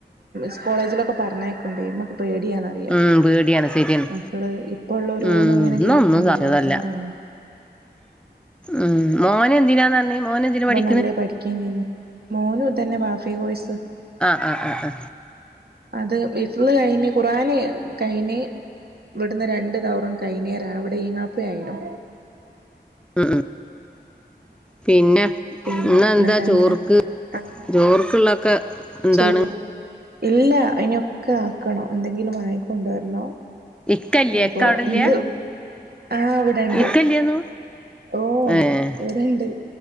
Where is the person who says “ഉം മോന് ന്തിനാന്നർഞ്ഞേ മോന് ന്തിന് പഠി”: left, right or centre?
Centre